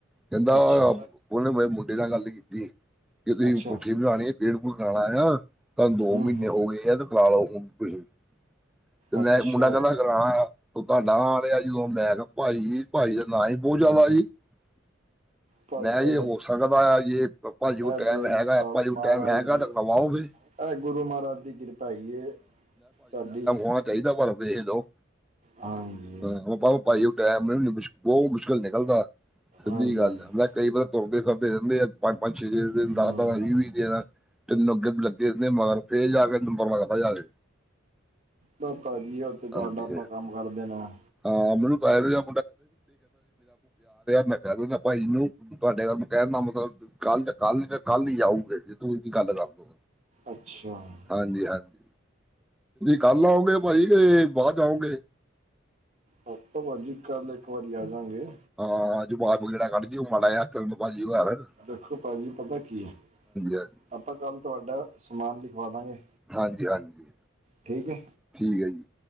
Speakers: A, in the centre; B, on the right.
A: ਕਹਿੰਦਾ ਆ।
B: ਅੱਛਾ
A: ਉਹਨੇ ਮੇਰੇ ਮੁੰਡੇ ਨਾਲ ਗੱਲ ਕੀਤੀ ਕਿ, ਤੁਸੀਂ
B: ਅੱਛਾ
A: ਕੋਠੀ ਬਣਾਣੀ ਹੈ ਪੇਂਟ ਪੂਟ ਕਰਾਣਾ ਆ। ਕੱਲ੍ਹ ਦੋ
B: ਹੂੰ
A: ਮਹੀਨੇ
B: ਹੂੰ
A: ਹੋ ਗਏ ਆ ਤੇ, ਖਿਲਾਰਾ ਉਵੇਂ ਹੀ ਪਿਆ। ਤੇ
B: ਅੱਛਾ
A: ਮੈਂ ਮੁੰਡਾ ਕਹਿੰਦਾ ਕਰਾਣਾ ਆ, ਤੁਹਾਡਾ ਨਾਂ ਲਿਆ ਜਦੋਂ ਮੈਂ ਕਿਹਾ ਭਾਈ ਭਾਈ ਦਾ ਨਾਂ ਹੀ ਬਹੁਤ ਜ਼ਿਆਦਾ ਜੀ।' ' <inaudible>
B: ਭਾਜੀ
A: ਮੈਂ ਇਹ
B: ਤੇ
A: ਹੋ ਸਕਦਾ ਜੇ ਭਾਜੀ
B: ਇਹ
A: ਟਾਈਮ
B: ਤੇ
A: ਹੈਗਾ,
B: ਮਹਾਰਾਜ
A: ਭਾਜੀ ਟਾਈਮ ਹੈਗਾ
B: ਜੀ
A: ਤਾਂ ਕਰਵਾਓ ਫਿਰ।
B: ਇਹ ਗੁਰੂ ਮਹਾਰਾਜ ਦੀ ਕਿਰਪਾ ਹੀ ਏ, ਤੁਹਾਡੀ।
A: ਹੋਣ ਚਾਹੀਦਾ, ਪਰ ਵੇਖ ਲਓ।
B: ਹਾਂਜੀ।
A: ' <unintelligible> ' ਉਹ ਟਾਈਮ ਬਹੁਤ ਮੁਸ਼ਕਿਲ ਨਿਕਲਦਾ। ਸਿੱਧੀ
B: ਹਾਂਜੀ-ਹਾਂਜੀ।
A: ਗੱਲ ਆ। ਮੈਂ ਕਈ ਵਾਰੀ ਤੁਰਦੇ-ਫਿਰਦੇ ਰਹਿੰਦੇ ਆ, ਪੰਜ-ਪੰਜ, ਛੇੇ-ਛੇ ਦਿਨ
B: ਹੂੰ
A: ਦਸ-ਦਸ ਵੀਹ-ਵੀਹ ਦਿਨ। ਤਿੰਨ ਅੱਗੇ ਲੱਗੇ ਨੇ ਮਗਰ ਫੇਰ ਜਾ ਕੇ ਨੰਬਰ ਲੱਗਦਾ ਜਾਕੇ।
B: ਬੱਸ ਭਾਜੀ, ਅੱਜ ਤੇ ਤੁਹਾਡਾ
A: ਹਾਂਜੀ
B: ਆਪਾਂ ਕੰਮ ਕਰ ਦੇਣਾ।
A: ਹਾਂ ਮੈਨੂੰ' ' <unintelligible> ਆ ਰਿਹਾ, ਮੈਂ ਕਹਿ ਦਿੰਦਾ ਭਾਈ ਨੂੰ, ਤੁਹਾਡੇ ਕੰਮ ਮੈਂ ਕਹਿ ਦਿੰਦਾ ਮਤਲਬ ਕੱਲ੍ਹ ਤੇ, ਕੱਲ੍ਹ ਤੇ ਕੱਲ੍ਹ ਹੀ ਜਾਊ। ਵੀਰ ਜੀ ਤੁਸੀਂ ਗੱਲ ਕਰਲੋ,
B: ਅੱਛਾ
A: ਹਾਂਜੀ-ਹਾਂਜੀ। ਕੱਲ੍ਹ ਆਉਂਗੇ ਭਾਜੀ ਕੇ, ਬਾਅਦ 'ਚ' ਆਉਂਗੇ?
B: ਉਹ ਭਾਜੀ ਕੱਲ੍ਹ ਇੱਕ, ਵਾਰੀ ਆਜਾਂ ਗੇ।
A: ਹਾਂ ਜਦੋਂ ਆਪ ਗੇੜਾ ਕੱਢ ਦੀ ਉਹ ਮਾੜਾ ਜਾਂ <unintelligible>
B: ਦੇਖੋ ਭਾਂਜੀ ਪਤਾ ਕੀ ਐ,
A: ਹਾਂਜੀ
B: ਆਪਾਂ ਕੱਲ ਤੁਹਾਡਾ ਸਮਾਨ ਲਿਖਵਾਦਾਗੇ।
A: ਹਾਂਜੀ-ਹਾਂਜੀ।
B: ਠੀਕ ਐ।
A: ਠੀਕ ਐ ਜੀ।